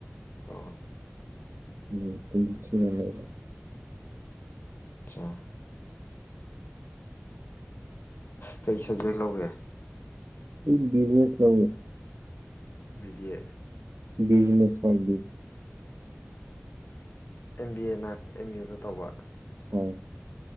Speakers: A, on the left (about 50°); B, on the right (about 80°).
A: ꯑ
B: ꯎꯝ ꯇꯁꯤꯗ
A: ꯑꯆꯥ ꯀꯩ ꯁꯕꯖꯦꯛ ꯂꯧꯒꯦ
B: ꯕꯤꯖꯤꯅꯦꯁꯦ
A: ꯕꯤꯗꯤ
B: ꯕꯤꯖꯤꯅꯦꯁ ꯑꯦ
A: ꯑꯦꯝ ꯕꯤ ꯑꯦꯅ ꯑꯦꯝ ꯌꯨꯗ ꯇꯧꯕ
B: ꯑꯣ